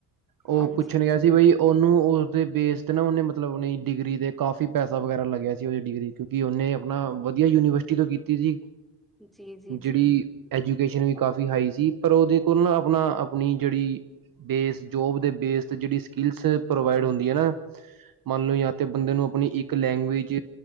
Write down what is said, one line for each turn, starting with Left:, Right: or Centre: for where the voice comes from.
Right: ਉਹ
Centre: ਹਾਂਜੀ
Right: ਪੁੱਛਣ ਗਿਆ ਜੀ ਬਈ ਉਹਨੂੰ ਉਹਦੇ ਬੇਸ 'ਤੇ ਨਾ ਉਹਨੇ ਮਤਲਬ, ਉਹ ਡਿਗਰੀ 'ਤੇ ਕਾਫੀ ਪੈਸਾ, ਵਗੈਰਾ ਲੱਗਿਆ ਸੀ। ਉਹਦੀ ਡਿਗਰੀ ਕਿਉਂਕਿ, ਉਹਨੇ ਆਪਣਾ ਵਧੀਆ ਯੂਨੀਵਰਸਿਟੀ, ਤੋਂ ਕੀਤੀ ਸੀ।
Centre: ਜੀ ਜੀ
Right: ਜਿਹੜੀ
Centre: ਜੀ
Right: ਐਜੂਕੇਸ਼ਨ ਵੀ, ਕਾਫੀ ਹਾਈ ਸੀ। ਪਰ ਉਹਦੇ ਕੋਲ ਨਾ, ਆਪਣਾ ਆਪਣੀ ਜਿਹੜੀ ਬੇਸ ਜੋਬ ਦੇ ਬੇਸ ਜਿਹੜੀ ਸਕਿੱਲਸ ਪ੍ਰੋਵਾਈਡ ਹੁੰਦੀ ਹੈ ਨਾ ਮੰਨ ਲਓ ਜਾਂ ਤੇ ਬੰਦੇ ਨੂੰ ਆਪਣੀ ਇੱਕ ਲੈਂਗੁਏਜ